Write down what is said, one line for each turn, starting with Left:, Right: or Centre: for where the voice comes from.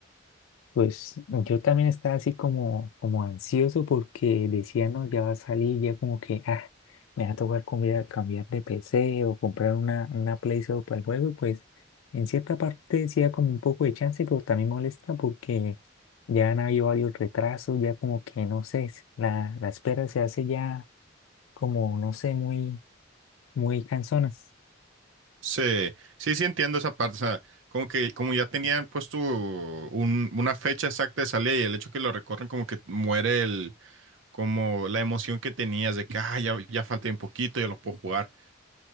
Left: Pues yo también estaba así como, como ansioso porque decía, no, ya va a salir, ya como que, ah, me va a tocar cambiar, cambiar de PC o comprar una, una Play solo para el juego. y Pues en cierta parte sí da como un poco de chance, pero también molesta porque ya han habido varios retrasos, ya como que, no sé, es- la, la espera se hace ya como, no sé, muy, muy cansona.
Right: Sí, sí, sí entiendo esa parte, o sea, como que como ya tenían puesto un- una fecha exacta de salida y el hecho que lo recorren como que muere el, como la emoción que tenías de que, ah, ya, ya falta un poquito, ya lo puedo jugar.